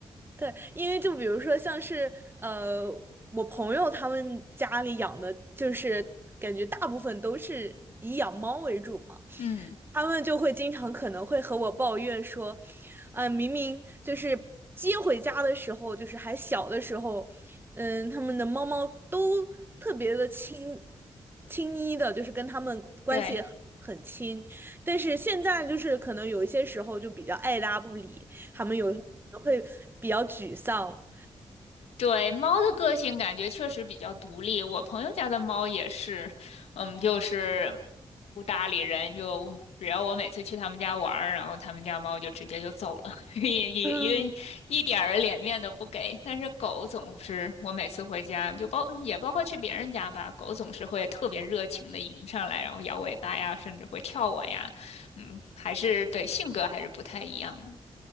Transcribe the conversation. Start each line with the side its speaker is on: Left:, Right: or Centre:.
Right: 对，因为就比如说像是呃，我朋友他们家里养的，就是感觉大部分都是以养猫为主嘛，
Left: 嗯，
Right: 他们就会经常可能会和我抱怨说，啊、明明就是接回家的时候，就是还小的时候，嗯，他们的猫猫都特别的亲亲昵的，就是跟他们关系很很亲，
Left: 对。
Right: 但是现在就是可能有一些时候就比较爱搭不理。他们有时候都会比较沮丧。
Left: 对，猫的个性感觉确实比较独立。我朋友家的猫也是，嗯，就是不搭理人，就只要我每次去他们家玩儿，然后他们家猫就直接就走了，<laughs> 一一一个一点儿脸面都不给。
Right: 嗯
Left: 但是狗总是，我每次回家就包也包括去别人家吧，狗总是会特别热情的迎上来，然后摇尾巴呀，甚至会跳我呀，嗯，还是对性格还是不太一样的，